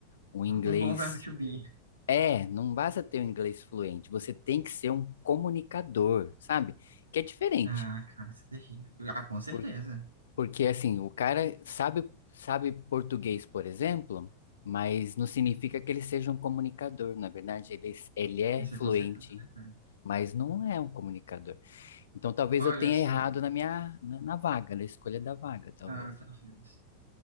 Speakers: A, on the left (about 65°); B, on the right (about 80°).
A: um inglês.
B: Um bom verbo to be.
A: É, não basta ter um inglês fluente, você tem que ser um comunicador, sabe? Que é diferente.
B: Ah, cara, isso é terrível. Ah, com certeza.
A: por- porque, assim, o cara sabe, sabe português, por exemplo. Mas não significa que ele seja um comunicador, na verdade, ele, ele é
B: Isso
A: fluente
B: é com certeza verdade.
A: mas não é um comunicador. Então talvez
B: Olha,
A: eu tenha
B: assim,
A: errado na minha, na, na vaga, na escolha da vaga, talvez.
B: ah, talvez.